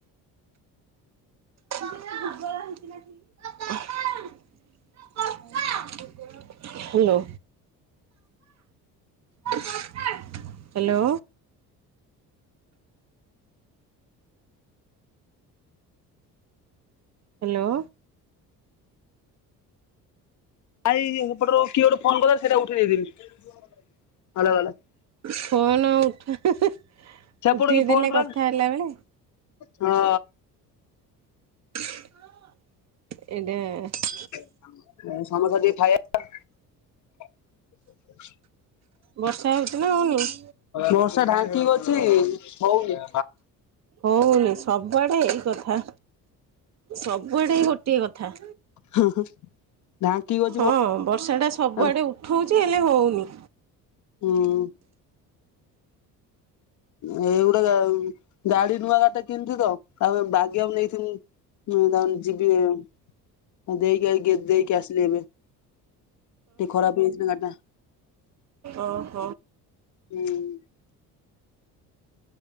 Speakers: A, on the right; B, on the left.
A: <inaudible> <unintelligible> ହ୍ୟାଲୋ। <inaudible> ହ୍ୟାଲୋ। ହ୍ୟାଲୋ।
B: ଆଇ ଇ ଏପଟ ରୁ କିଏ ଗୋଟେ ଫୋନ କଲା ସେଟା ଉଠେଇ ଦେଇଥିନି <unintelligible>
A: <inaudible> ଫୋନ୍ ଉଠା <inaudible>
B: ସେପଟୁ
A: ଉଠେଇଦେଲେ
B: କିଏ ଫୋନ କଲା
A: କଥା
B: ନା।
A: ହେଲା ବେଳେ।
B: ହଁ।
A: <inaudible> ଏଇଟା
B: <inaudible> ଏ ସମୋଷା ଟିକିଏ ଖାଇବା <inaudible>
A: ବର୍ଷା ହୋଉଚି ନା ହୋଉନି?
B: ବର୍ଷା ଢାଙ୍କି କି ଅଛି ହୋଉନି!
A: ହୋଉନି ସବୁଆଡେ ଏଇ କଥା ସବୁଆଡେ ଏଇ ଗୋଟିଏ କଥା!
B: ହଁ ହଁ! ଢାଙ୍କିକି <inaudible>
A: ହଁ ବର୍ଷାଟା ସବୁଆଡ଼େ
B: ଆଉ
A: ଉଠଉଚି ହେଲେ ହୋଉନି।
B: ହୁଁ! ଏଇ ଗୁଟା ଗାମ୍ ଗାଡି ନୂଆ ଗାଡ଼ି ଟା କିଣିଚି ତ ଆଉ ବାଗେଇବାକୁ ନେଇଥିନି। <unintelligible> ଆ ଦେଇକି ଆଇ ଦେଇକି ଆସିଲି ଏବେ। ଟିକେ ଖରାପ ହେଇଚି ନା ଗାଡ଼ି ଟା।
A: ଓହ।
B: <unintelligible>